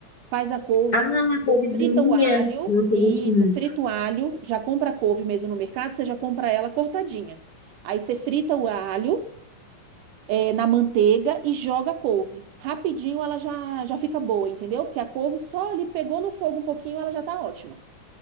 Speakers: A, on the right; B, on the left.
A: Faz a couve,
B: Ah,
A: com-
B: couvezinha.
A: frita o alho,
B: Nossa,
A: isso,
B: eu gosto muito.
A: frita o alho, já compra a couve mesmo no mercado, você já compra ela cortadinha. Aí você frita o alho, eh, na manteiga e joga a couve. Rapidinho ela já, já fica boa, entendeu? Porque a couve só ali pegou no fogo um pouquinho, ela já tá ótima.